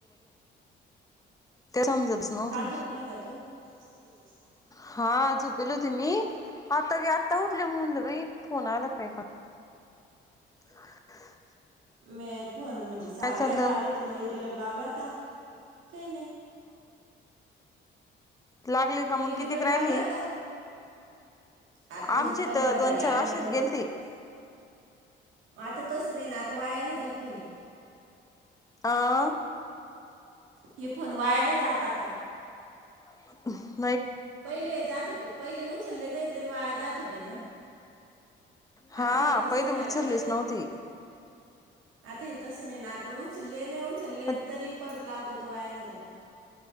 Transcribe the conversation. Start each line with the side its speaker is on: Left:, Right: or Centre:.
Left: ते समजतच नव्हतं
Right: काल झोपेल <unintelligible>
Left: हा झोपेली होती मी आता आत आता उठल्या म्हलं फोन आला काय <unintelligible>
Right: मी फोन म्हणजे सगळ्या
Left: काय चाललं?
Right: लावल्या मयुरीेला लावला होता. काही नाही.
Left: लागली का
Right: मयुरीला
Left: मग कितीक
Right: लावला
Left: राहिली
Right: होता आत्ताशी
Left: आमची
Right: पंधरा
Left: तर
Right: झाले
Left: दोन
Right: अजून
Left: चार अशीेच
Right: पंधरा
Left: गेलती‌.
Right: आता तसं नाही आता वाया नाही जात कुणी.
Left: हं.
Right: हे फोन वाया नाही जात आता.
Left: <inaudible>
Right: पहिले जात होते. पहिले उचलले नाही तरी वाया जात होते ना.
Left: हा
Right: आता येतच
Left: पहिले
Right: नाही
Left: उचललीच
Right: आता नाही.
Left: नव्हती
Right: आता इथ तसं नाही ना. उचले नाही उचलले
Left: पण
Right: तरी परत लाव तो वाया नाही जातो.